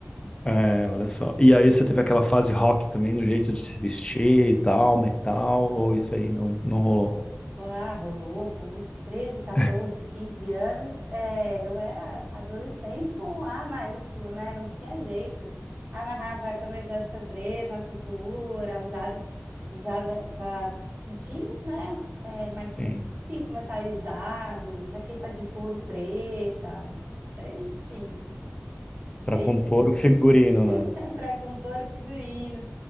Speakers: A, on the left (about 20°); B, on the right (about 35°).
A: É, olha só. E aí você teve aquela fase rock também no jeito de se vestir e tal, metal, ou isso aí não, não rolou?
B: Claro, rolou com 13, 14,
A: <laughs>
B: 15 anos. É, eu era adolescente com A maiúsculo, né? Não tinha jeito. Amarrava a camisa xadrez na cintura, usada, usava jeans, né? É, mas
A: Sim,
B: cinto metalizado, jaqueta de couro preta, enfim,
A: pra
B: sempre
A: compor o figurino, né?
B: <laughs> para compor o figurino.